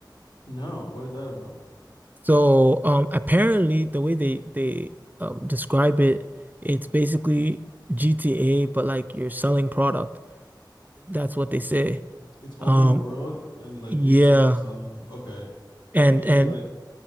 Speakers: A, on the left (about 70°); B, on the right (about 25°).
A: No, what is that about?
B: So um, apparently the way they they um, describe it, it's basically GTA, but like you're selling product. That's what they say.
A: It's open
B: Um,
A: world and like
B: yeah,
A: you're just like you're selling okay.
B: and
A: Like is
B: and
A: it like